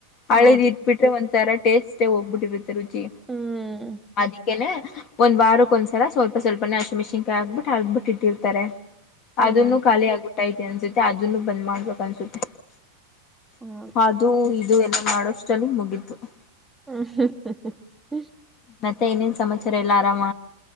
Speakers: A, on the left; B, in the centre.
A: ಹಳೇದ
B: ಹೌದು
A: ಇಟ್ಬಿಟ್ರೆ ಒ ತರ ಟೇಸ್ಟೆ ಹೋಗ್ಬಿಟ್ಟಿರುತ್ ತಿರುಚಿ
B: ಹ್ಮ್
A: ಅದಿಕೆನೆ ಒಂದ್ ವಾರಕ್ ಒಂದ್ಸಲ ಸ್ವಲ್ಪ ಸ್ವಲ್ಪನೆ ಹಸಿಮೆಣಸಿನಕಾಯಿ ಹಾಕ್ಬಿಟ್ಟು ಆ ಇಟ್ಟಿರ್ತಾರೆ
B: ಹ್ಮ್
A: ಅದನ್ನು ಖಾಲಿ ಆಗಬುಟ್ ಸ ಅಯ್ತೆ ಅನ್ಸುತ್ತೆ ಅದುನ್ ಬಂದ್ ಮಾಡ್ಬೇಕ ಅನ್ಸುತ್ತೆ.
B: ಹ್ಮ್
A: ಅದು ಇದು ಎಲ್ಲ ಮಾಡಷ್ಟ್ರಲ್ಲಿ ಮುಗ್ ಹತ್ತು <inaudible>
B: <unintelligible>
A: ಮತ್ತೆ ಇನ್ನೇನ್ ಸಮಾಚರ ಎಲ್ಲ ಆರಾಮ.